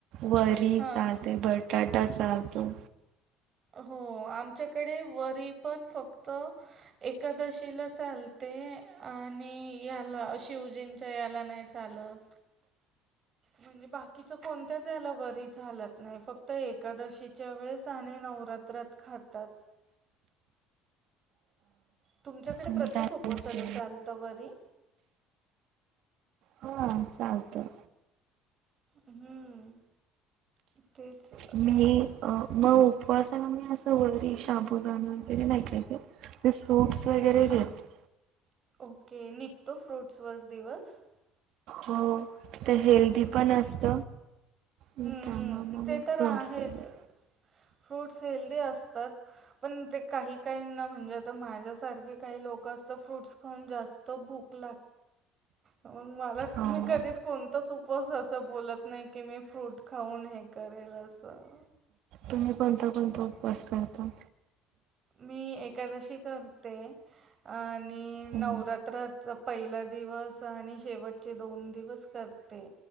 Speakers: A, on the right; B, on the right.
A: वरी
B: हां
A: चालते बटाटा चालतो.
B: हो आमच्याकडे वरी पण फक्त एकादशीला चालते आणि याला शिवजींच्या याला नाही चालत. म्हणजे बाकीच कोणत्याच याला बरीच हलत नाही फक्त एकादशीच्या वेळेस आणि न रात्रात खातात. तुमच्याकडे
A: तुम्ही
B: प्रत्येक
A: काय
B: उपसाल
A: खायचे
B: चालतं वरी
A: हा चालतं.
B: हम्म तेच.
A: मी अ, मग उपवासा म अस व शबुदा वगैरे नाही फ्रूट्स वगैरे. घेते.
B: ओके निघतो फ्रूट्स वर दिवस.
A: हो तथ हेल्दी पण असत. म
B: हम्म
A: कामा
B: हम्म
A: म
B: ते
A: म
B: तर
A: फ्रॉडस
B: आहेच
A: आहे.
B: फ्रूट्स हेल्दी असतात. पण ते काही काहीना म्हणजे आता माझ्यासारखे काही लोक असत फ्रूट्स खाऊन जास्त भुक मला
A: हो
B: मी कधीच कोणता उपस अस बोलत नाही की मी फ्रूट खाऊन हे करेल असं.
A: तुम्ही कोणता कोणता उपवास करता.
B: मी एकादशी करते आणि
A: हम्म.
B: नवरात्र. पहिला दिवस आणि शेवटचे दोन दिवस करते